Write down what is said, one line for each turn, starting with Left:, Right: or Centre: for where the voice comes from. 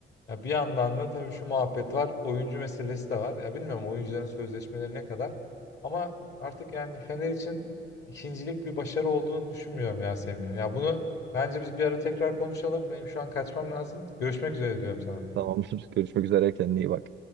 Left: Ya bir yandan da tabii şu muhabbet var. Oyuncu meselesi de var. Ya bilmiyorum oyuncuların sözleşmeleri ne kadar. Ama artık yani Fener için ikincilik bir başarı olduğunu düşünmüyorum ya Semih. Ya bunu bence biz bir ara tekrar konuşalım. Benim şu an kaçmam lazım. Görüşmek üzere diyorum sana.
Right: Tamamdır. Görüşmek üzere. Kendine iyi bak.